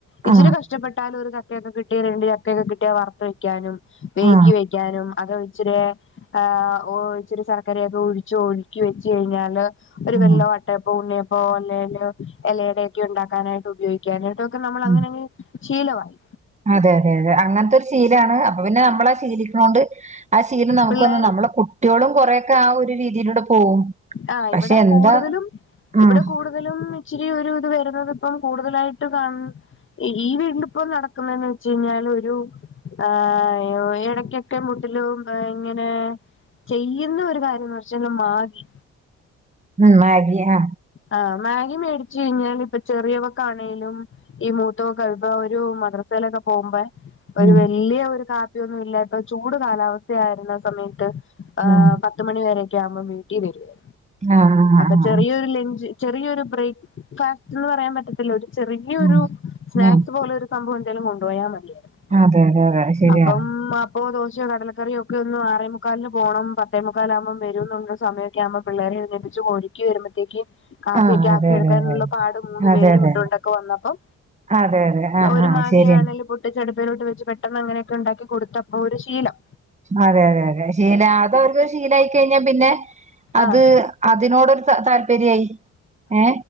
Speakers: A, on the left; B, on the right.
A: ഇച്ചിരി
B: ആ
A: കഷ്ടപ്പെട്ടാലു ഒരു ചക്കയൊക്കെ കിട്ടിയത് ഇണ്ട് ചക്കെയൊക്കെ കി വറത്ത് വെക്ക്യാനും വൈകി
B: ആ ആ
A: വെക്ക്യാനും അത് ഇച്ചിര്യേ ആ ഓ ഇച്ചിരി ശർക്കര ഒക്ക ഒഴിച്ചു ഒഴുക്കി വെച് കഴിഞ്ഞാല് ഒരു
B: ഉം
A: വെല്ല വട്ടയപ്പോ ഉണ്ണിയപ്പോ അല്ലെങ്കില് എലയുടെക്കെ ഉണ്ടാക്കാനായിട്ട് ഉപയോഗിക്കാനായിട്ട് ഒക്ക നമ്മള്
B: ഉം
A: അങ്ങനെ അങ്ങ് ശീലമായി
B: അതെ അതെ അതെ അങ്ങൻത്തെ ഒരു ശീലാണ് അപ്പൊ പിന്നെ നമ്മള ശീലിക്ക്ണോണ്ട് ആ ശീലം നമുക്ക്
A: പിള്ളേരും
B: ഒന്ന് നമ്മള കുട്ടിയൊളും കൊറെക്കെ ആ ഒരു രീതിയിലൂടെ പോവും
A: ആ
B: പക്ഷെ
A: ഇവടെ
B: എന്താ
A: കൂടുതലും
B: ഉം
A: ഇവടെ കൂടു തലും ഇച്ചിരി ഒരു ഇത് വരുന്നത് ഇപ്പം കൂടുതലായിട്ട് കാൺ ഈ വീണ്ടു ഇപ്പം നടക്കുന്നന്ന് വെച്ച് കഴിഞ്ഞാല് ഒരു ആ എടക്ക്യോക്കെ മുട്ടിലും ഇങ്ങനെ ചെയ്യുന്ന ഒരു കാര്യന്ന് വച്ചാല് മാഗി
B: ഉം മാഗി ആ
A: ആ മാഗി മേടിച്ചു കഴിഞ്ഞാല് ഇപ്പ ചെറിയവക്ക ആണെലും ഈ മൂത്തോ കൽബ ഒരു മദ്രസയിലൊക്ക പോവുമ്പേ ഒരു
B: ഉം
A: വല്ല്യ ഒരു കാപ്പിയൊന്നും ഇല്ലാത്ത ചൂട് കാലാവസ്ഥയായിരുന്ന സമയത്ത് ആ
B: ഉം
A: പത്തുമണി വരെക്കെ ആവുമ്പം വീട്ടീ വരുവേ
B: ആ ആ ആ
A: അപ്പ
B: ആ
A: ചെറിയൊരു ലൻ റ്റ് ചെറിയോരു ബ്രേക്ക് ഫാസ്റ്റ്ന്ന് പറയാം പറ്റത്തില്ല ഒരു ചെറിയരു
B: ഉം
A: സ്നാക്സ്
B: ഉം
A: പോലെ ഒരു സംഭവം എന്തേലും കൊണ്ടോയാ മതിയായിരുന്നു
B: അതെ അതെ അതെ ശരിയാണ്
A: അപ്പം മ അപ്പോ ദോശയോ കടലക്കറിയോ ഒക്ക ഒന്ന് ആറേ മുക്കാൽന് പോണം പത്തേ മുക്കാല ആവുമ്പം വരും ന്നുള്ള സമയ ക്യ ആവുമ്പം പിള്ളേരെ എഴുന്നേൽപ്പിച്ച് ഒരുക്കി വരുമ്പഴത്തേക്യും കാപ്പിയക്കെ
B: ആ
A: ആക്കി
B: അതെ
A: എടുക്കാൻള്ള
B: അതെ
A: പാട് മൂന്ന്
B: അതെ
A: പേര്
B: അതെ
A: ഇട്ടു കൊണ്ടക്ക വന്നപ്പം
B: അതെ അതെ ആഹ്
A: ഒരു
B: ആഹ്
A: മാഗി
B: ശരിയാണ്
A: ആണേലും പൊട്ടിച് അടുപ്പെലോട്ട് വെച്ച് പെട്ടെന്ന് അങ്ങനെയൊക്കെ ഉണ്ടാക്കി കൊടുത്തപ്പോ ഒരു ശീലം
B: അതെ അതെ അതെ ശീല അത് അവർക്ക് ശീലായിക്കഴിഞ്ഞാ പിന്നെ അത്
A: ആഹ്
B: അതിനോടൊരു ത താല്പര്യായി ഏ